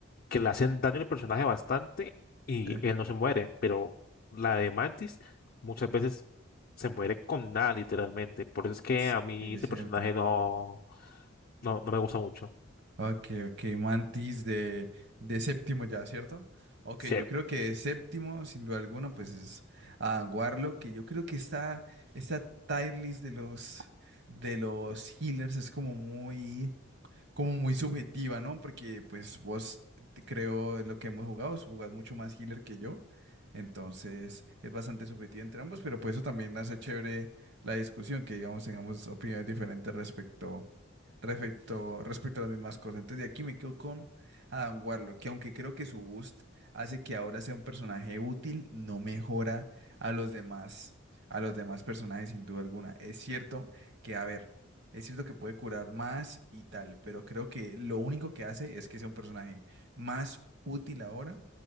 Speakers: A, on the left; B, on the right.
A: que le hacen daño al personaje bastante y
B: Sí.
A: él no se muere, pero la de Mantis muchas veces se muere con nada, literalmente. Por eso es que
B: Sí,
A: a mí
B: es
A: ese
B: cierto.
A: personaje no, no, no me gusta mucho.
B: Ok, ok, Mantis de, de séptimo ya, ¿cierto? Ok,
A: Sí,
B: yo creo que de séptimo, sin duda alguna, pues es a Warlock, que yo creo que está, esta tier list de los, de los healers es como muy, como muy subjetiva, ¿no? Porque pues vos te- creo lo que hemos jugado, jugás mucho más healer que yo. Entonces es bastante subjetivo entre ambos, pero por eso también hace chévere la discusión, que digamos tengamos opiniones diferentes respecto, respecto, respecto a las mismas cosas. Entonces de aquí me quedo con Adam Warlock, que aunque creo que su boost hace que ahora sea un personaje útil, no mejora a los demás, a los demás personajes sin duda alguna. Es cierto que, a ver. Es cierto que puede curar más y tal, pero creo que lo único que hace es que sea un personaje más útil ahora